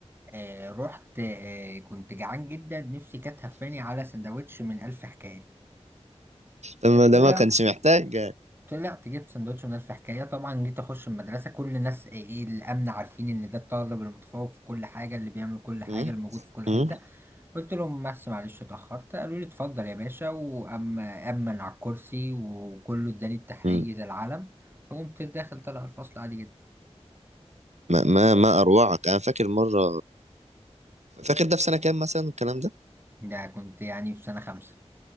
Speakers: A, on the right; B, on the right.
A: آه رحت آه كنت جعان جدا نفسي كانت هفاني على سندوتش من ألف حكاية
B: لما ده
A: طلع
B: ما كانش محتاج
A: طلعت جبت سندوتش من ألف حكاية طبعا جيت أخش المدرسة كل الناس إيه إيه الأمن عارفين إن ده الطالب المتفوق في كل حاجة اللي بيعمل كل حاجة
B: مم.
A: الموجود في كل حتة
B: مم.
A: قلت لهم بس معلش اتأخرت قالوا لي اتفضل يا باشا وأما أمن على الكرسي وكله اداني التحلية
B: مم.
A: العلم وقمت داخل طالع الفصل عادي جدا
B: ما ما ما أروعك أنا فاكر مرة فاكر ده في سنة كام مثلا الكلام ده
A: ده كنت يعني في سنة خمسة